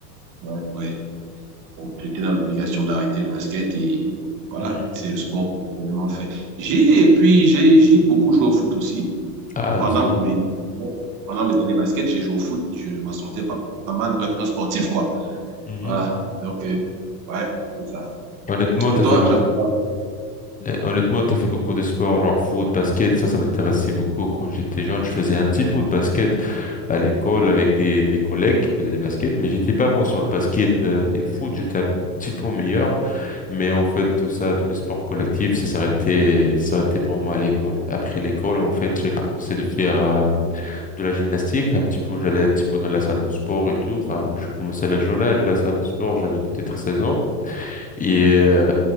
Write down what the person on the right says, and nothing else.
ouais, ouais. Donc, j'étais dans l'obligation d'arrêter le basket et voilà,
c'est le sport que j'ai vraiment fait. J'ai, et puis, j'ai j'ai beaucoup joué au foot aussi.
pendant
mes, pendant mes années basket, j'ai joué au foot, je m'en sortais pas, pas mal. Bref, un sportif, quoi.
Voilà. Donc, euh, ouais, c'est ça.
Et
toi,
tu as fait quoi?